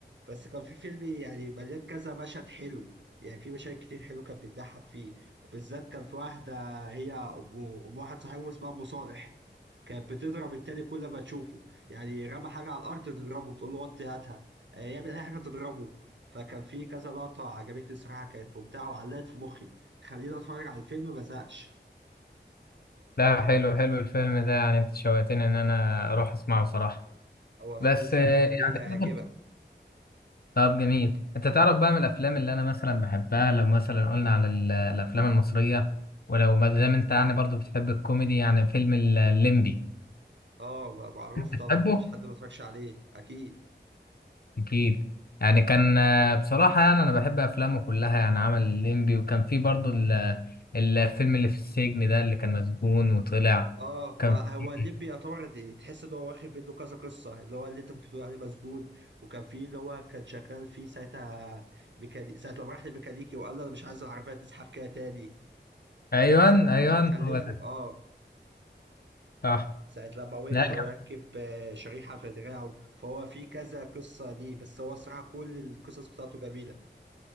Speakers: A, on the right; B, on the left.
A: بس كان في فيلم يعني مليان كذا مشهد حلو يعني في مشاهد كتير حلو كانت بتضحك فيه بالذات كان في واحدة هي أم أم واحد صاحبه اسمها أم صالح كانت بتضرب التاني كل ما تشوفه يعني رمى حاجة على الأرض تضربه تقول له وطي هاتها آه، يعمل أي حاجة تضربه فكان في كذا لقطة عجبتني الصراحة كانت ممتعة وعلقت في مخي خليني أتفرج على الفيلم ما زهقش
B: لا حلو حلو الفيلم ده يعني انت شوقتني ان انا اروح اسمعه صراحة
A: هو فيلم
B: بس
A: صراحة
B: آه،
A: جميل
B: يعني
A: هيعجبك
B: تقدر- طب جميل انت تعرف بقى من الافلام اللي انا مثلا بحبها لو مثلا قلنا على ال- الافلام المصرية ولو ما دام انت يعني برضو بتحب الكوميدي يعني فيلم الليمبي
A: اه معروف
B: بتحبه؟
A: طبعا مفيش حد ما اتفرجش عليه أكيد
B: أكيد يعني كان آه، بصراحة يعني أنا بحب أفلامه كلها يعني عمل الليمبي وكان في برضو ال- الفيلم اللي في السجن ده اللي كان مسجون وطلع
A: اه
B: كان
A: ما هو
B: في
A: الليمبي يعتبر ت- تحس ان هو واخد منه كذا قصه اللي هو اللي انت كنت بتقول عليه مسجون وكان في اللي هو كان شغال فيه ساعتها ميكاني... ساعه لما راح لميكانيكي وقال له انا مش عايز العربيه تزحف كده تاني
B: أيوان
A: ساعه ما
B: أيوان
A: كانش بيخلفه
B: هو ده
A: اه
B: صح
A: ساعه لما وقع
B: لا كان
A: وركب آه، شريحه في دراعه فهو في كذا قصه دي بس هو الصراحه كل القصص بتاعته جميله